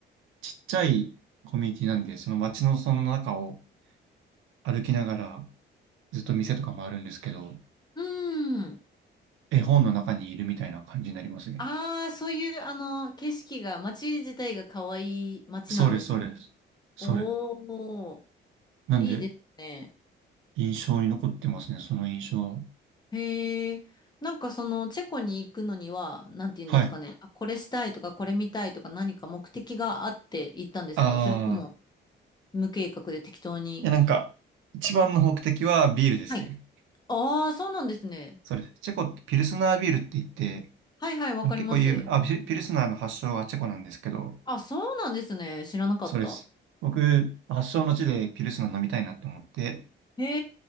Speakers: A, on the right (about 80°); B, on the left (about 20°).
A: ちっちゃいコミュニティなんで、その街のその中を歩きながら、ずっと店とかもあるんですけど、
B: うん。
A: 絵本の中にいるみたいな感じになりますね。
B: ああ、そういう、あの、景色が、街自体が可愛い街なんですね。
A: そうです、そうです。それ。
B: おお、
A: なんで、
B: いいですね。
A: 印象に残ってますね、その印象は。
B: へえ、なんかそのチェコに行くのには、なんて言うんですかね。
A: はい。
B: あ、これしたいとか、これ見たいとか、何か目的があって行ったんですかそれとも
A: ああ、
B: 無計画で適当に。
A: いやなんか、一番の目的はビールですね。
B: はい。ああ、そうなんですね。
A: そうです。チェコってピルスナービールって言って、
B: はいはい、わかります。
A: その結構有名、あ、ピルピルスナーの発祥がチェコなんですけど、
B: あ、そうなんですね。知らなかった。
A: そうです。僕、発祥の地でピルスナー飲みたいなと思って、
B: へ